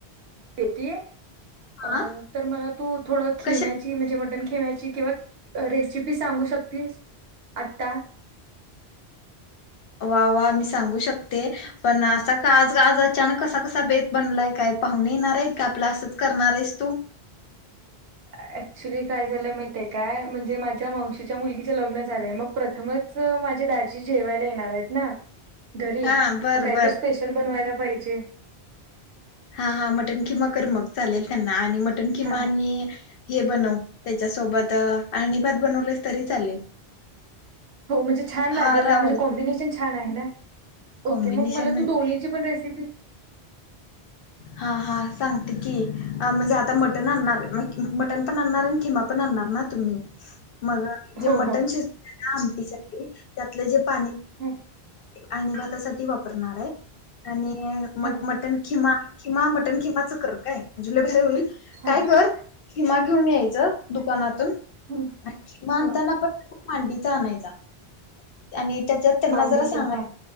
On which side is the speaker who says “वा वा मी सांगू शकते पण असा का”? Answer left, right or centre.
Left